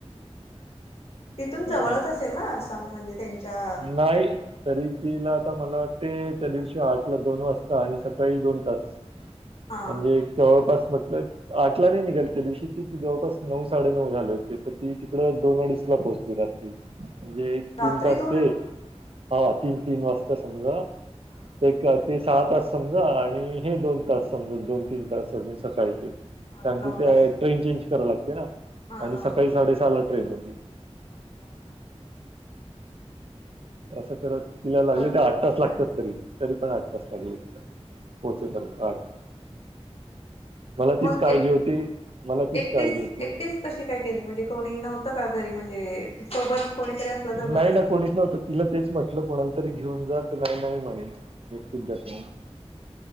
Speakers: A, on the left; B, on the right.
A: तिथून जवळच
B: अरे
A: असेल ना आम म्हणजे त्यांच्या
B: नाही. तरी तिला आता मला ते त्या दिवशी आठला दोन वाजता आणि सकाळी दोन तास
A: हा
B: म्हणजे जवळपास म्हटलं. आठला नाही निघाल त्या दिवशी ती जवळपास नऊ साडेनऊ झाले होते तर ती तिकड दोन अडीच ला पोहोचली रात्री म्हणजे
A: राात्री
B: तीन तास
A: त
B: ते हा तीन तीन वाजता
A: बापरे
B: समजा
A: हा हा
B: एक
A: हा
B: ते सहा तास समजा आणि हे दोन तास समज दोन तीन तास अजून सकाळचे
A: हा आठ
B: कारण की
A: नऊ
B: ते
A: तास
B: ट्रेन चेंज कराव लागते ना
A: हा
B: आणि
A: हा
B: सकाळी
A: हा
B: साडेसहाला ट्रेन होती.
A: अच्छा हां हां हां.
B: असं करत तिला लागलं
A: भरपूर
B: ते आठ
A: लांब
B: तास लागतात
A: आहे
B: तरी तरी पण आठ तास लागले तिला
A: हा
B: पोहोचेपर्यंत आठ मला तीच
A: मग
B: काळजी
A: एक
B: होती मला तीच
A: एकटीच
B: काळजी होती.
A: एकटीच कशी काय केली म्हणजे कोणी नव्हतं का घरी म्हणजे सोबत कोणीतरी असलं तर बरं
B: नाही
A: असतं
B: कोणीच
A: ना.
B: नव्हतं. तिला तेच म्हटलं कोणाला तरी घेऊन जात नाही नाही म्हणे
A: हम्म
B: व्यक्तींच्या
A: हम्म.
B: त